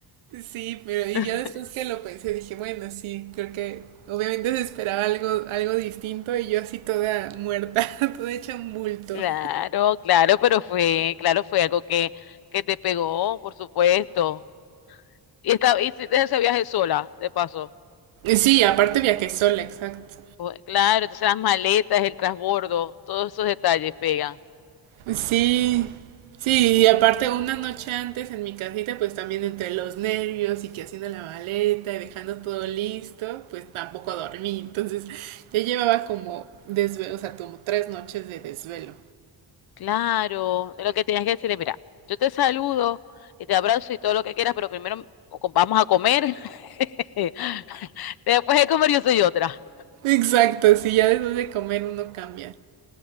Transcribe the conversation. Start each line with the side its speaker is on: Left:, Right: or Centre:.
Right: Sí, pero y
Left: <laughs>
Right: ya después que lo pensé, dije, bueno, sí, creo que obviamente se esperaba algo, algo distinto y yo así toda muerta, <laughs> toda hecha un bulto.
Left: Claro, claro, pero fue, claro, fue algo que, que te pegó, por supuesto. Y, esta, y hiciste ese viaje sola, de paso.
Right: Sí, aparte viajé sola, exacto.
Left: O- Claro, entonces las maletas, el transbordo, todos esos detalles pegan.
Right: Pues Sí, sí, y aparte una noche antes en mi casita, pues también entre los nervios y que haciendo la maleta y dejando todo listo, pues tampoco dormí. Entonces ya llevaba como desvelo, o sea, como tres noches de desvelo.
Left: Claro, lo que tienes que decirle, mira, yo te saludo y te abrazo y todo lo que quieras, pero primero o com- vamos a comer. <laughs> Después de comer yo soy otra.
Right: Exacto, sí, ya después de comer uno cambia.